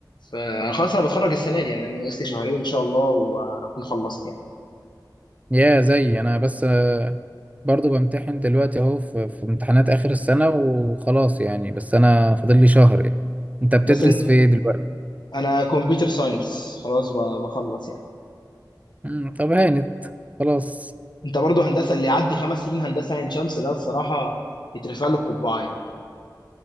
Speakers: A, on the left (about 75°); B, on the right (about 20°).
A: فخلاص انا بتخرج السنه دي يعني انا ناقص لي شهرين ان شاء الله واكون خلصت يعني
B: يا زي انا بس آه، برضو بمتحن دلوقتي اهو في في امتحانات اخر السنة وخلاص يعني بس انا فاضل لي شهر يعني انت بتدرس
A: بس انت
B: في إيه دلوقتي
A: انا كمبيوتر ساينس خلاص ب- بخلص يعني
B: مم. طب هانت خلاص
A: انت برضو هندسه اللي يعدي خمس سنين هندسه عين شمس ده الصراحه يترفع له القبعه يعني